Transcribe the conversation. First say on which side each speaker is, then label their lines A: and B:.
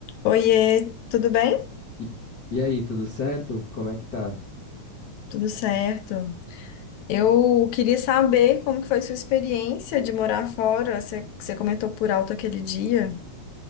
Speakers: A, on the left; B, on the left.
A: Oiê, tudo bem?
B: E e aí, tudo certo? Como é que tá?
A: Tudo certo. Eu queria saber como que foi sua experiência de morar fora. Você, você comentou por alto aquele dia.